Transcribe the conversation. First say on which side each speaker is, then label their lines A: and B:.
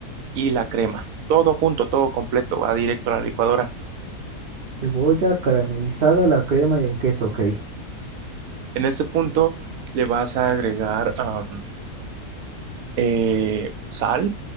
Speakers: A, on the right; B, on the right.
A: y la crema. Todo junto, todo completo, va directo a la licuadora.
B: Cebolla caramelizada, la crema y el queso, ok.
A: En este punto le vas a agregar am, eh, sal,